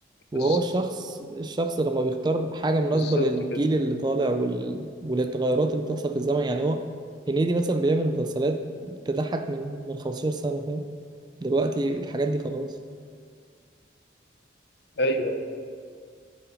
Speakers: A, on the right (about 20°); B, on the left (about 55°).
A: وهو
B: بس
A: الشخص الشخص لما بيختار حاجة مناسبة
B: بالظبط
A: للجيل
B: كده
A: اللي طالع وال... وللتغيرات اللي بتحصل في الزمن يعني هو هنيدي مثلا بيعمل مسلسلات تضحك من من 15 سنة فاهم دلوقتي الحاجات دي خلاص
B: ايوه